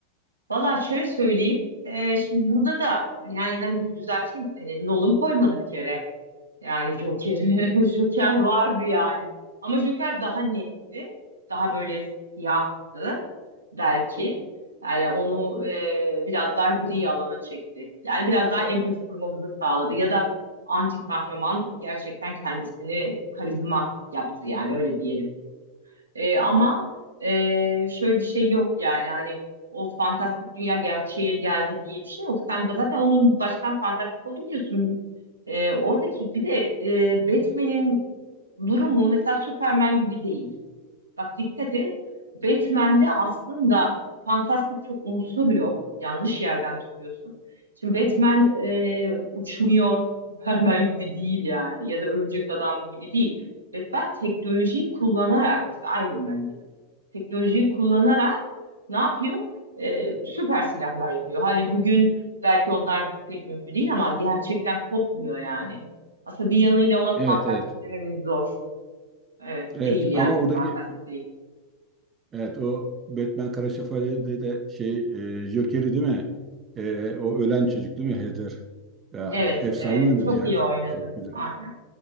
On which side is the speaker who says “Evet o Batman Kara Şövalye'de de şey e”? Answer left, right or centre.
Right